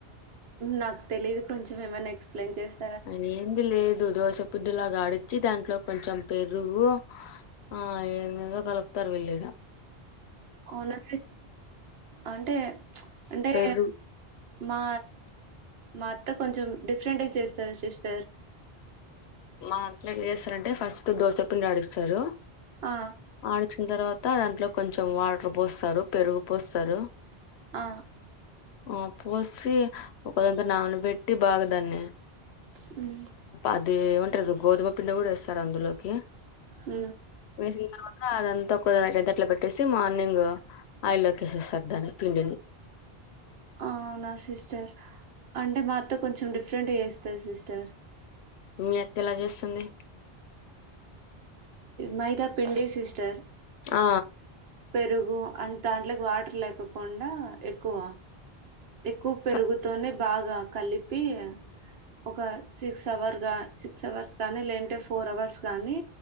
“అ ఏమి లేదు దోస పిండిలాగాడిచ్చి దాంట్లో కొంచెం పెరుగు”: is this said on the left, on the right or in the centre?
Left